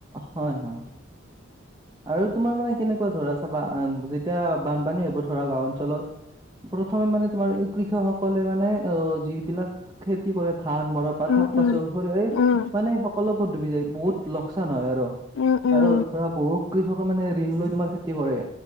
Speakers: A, on the right (about 20°); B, on the left (about 80°).
A: হয় হয়। আৰু তোমাৰ মানে কেনেকুৱা ধৰা চাবা, যেতিয়া বানপানী হব ধৰা গাঁও অঞ্চলত প্ৰথমে মানে তোমাৰ এই কৃষক সকলে মানে অ যিবিলাক খেতি কৰে ধান মৰা পাত
B: উম
A: শাক পাচল
B: উম
A: সৰি
B: উম
A: মানে সকলোবোৰ ডুবি যায়, বহুত লকচান হয় আৰু
B: উম উম
A: আৰু আৰু ধৰা বহুত কৃষকে মানে ঋণ লৈ তোমাৰ খেতি কৰে।